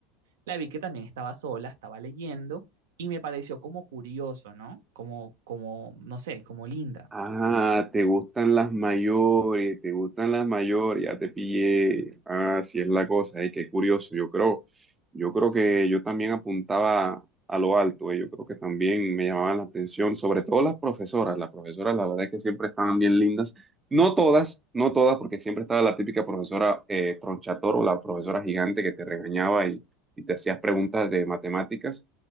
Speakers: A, on the right (about 85°); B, on the right (about 15°).
A: La vi que también estaba sola, estaba leyendo y me pareció como curioso, ¿no? Como, como, no sé, como linda.
B: Ah, te gustan las mayores, te gustan las mayores, ya te pillé. Ah, sí es la cosa, eh, qué curioso. Yo creo, yo creo que yo también apuntaba a lo alto, eh, yo creo que también me llamaban la atención, sobre todo las profesoras. Las profesoras, la verdad es que siempre estaban bien lindas. No todas, no todas, porque siempre estaba la típica profesora eh, tronchator o la profesora gigante que te regañaba y, y te hacías preguntas de matemáticas